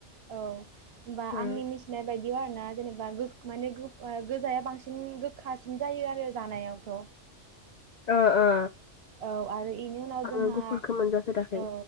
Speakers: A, on the right (about 60°); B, on the left (about 70°).
A: औ होनोमबा
B: उम
A: आंनि मिथिनाय बायदिया ना जेनेबा गोख माने गोख गोजाया बांसिन गोखासिन जायो आरो जानायावथ'
B: ओ ओ
A: औ आरो इनि उनाव
B: आङो
A: जोंहा
B: गुफुरखौ मोनजाफेराखै
A: औ